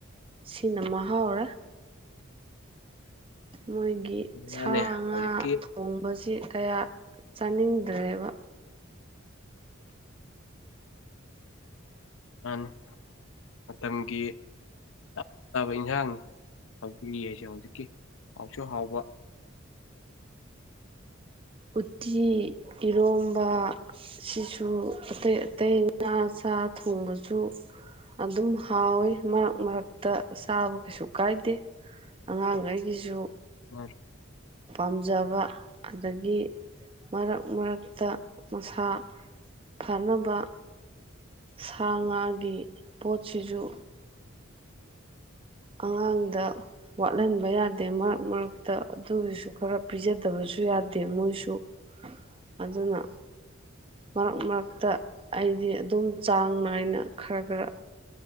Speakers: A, on the right; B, on the left.
A: ꯁꯤꯅ ꯃꯍꯥꯎꯔꯦ ꯃꯣꯏꯒꯤ ꯁꯥ
B: ꯃꯥꯅꯦ
A: ꯉꯥ
B: ꯍꯧꯖꯤꯛꯀꯤ
A: ꯊꯣꯡꯕꯁꯤ ꯀꯌꯥ ꯆꯥꯅꯤꯡ ꯗ꯭ꯔꯦꯕ
B: ꯃꯥꯅꯤ ꯃꯇꯝꯒꯤ ꯆꯞ ꯆꯥꯕ ꯏꯟꯁꯥꯡꯅꯤ ꯁꯧꯒ꯭ꯔꯤ ꯍꯥꯏꯁꯦ ꯍꯧꯖꯤꯛꯀꯤ ꯍꯥꯎꯁꯨ ꯍꯥꯎꯕ
A: ꯎꯇꯤ ꯏꯔꯣꯝꯕ ꯁꯤꯁꯨ ꯑꯇꯩ ꯇꯩ ꯉꯥ ꯆꯥꯛ ꯊꯣꯡꯕꯁꯨ ꯑꯗꯨꯝ ꯍꯥꯎꯋꯦ ꯃꯔꯛ ꯃꯔꯛꯇ ꯇꯥꯕ ꯀꯩꯁꯨ ꯀꯥꯏꯗꯦ ꯑꯉꯥꯡꯒꯩꯒꯤꯁꯨ
B: <unintelligible>
A: ꯄꯥꯝꯖꯕ ꯑꯗꯒꯤ ꯃꯔꯛ ꯃꯔꯛꯇ ꯃꯁꯥ ꯐꯅꯕ ꯁꯥ ꯉꯥꯒꯤ ꯄꯣꯠꯁꯤꯖꯨ ꯑꯉꯥꯡꯗ ꯋꯥꯠꯍꯟꯕ ꯌꯥꯗꯦ ꯃꯔꯛ ꯃꯔꯛꯇ ꯑꯗꯨꯒꯤꯁꯨ ꯈꯔ ꯄꯤꯖꯗꯕꯁꯨ ꯌꯥꯗꯦ ꯃꯣꯏꯁꯨ ꯑꯗꯨꯅ ꯃꯔꯛ ꯃꯔꯛꯇ ꯑꯩꯗꯤ ꯑꯗꯨꯝ ꯆꯥꯡ ꯅꯥꯏꯅ ꯈꯔ ꯈꯔ